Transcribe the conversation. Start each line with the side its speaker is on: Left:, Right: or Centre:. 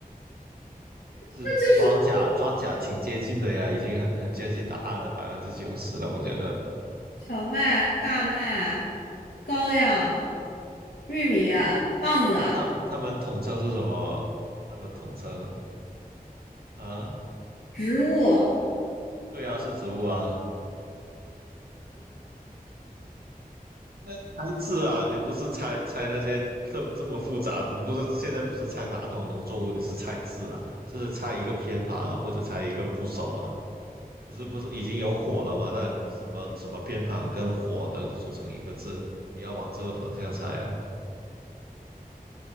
Right: 就是庄稼，
Left: 那就是
Right: 庄稼挺接近的呀，已经很很接近答案了，百分之九十了，我觉得。
Left: 小麦、大麦、高粱、玉米、棒子、
Right: 所以它它们统称是什么？它们统称啊，
Left: 植物，
Right: 对呀，是植物啊。那你猜字啊，你不是猜猜那些特这么复杂，你不是现在不是猜哪种农作物，你是猜字啊，就是猜一个偏旁啊，或者猜一个部首啊。你是不是已经有火了吗？那什么什么偏旁跟火能组成一个字？你要往这个方向猜啊。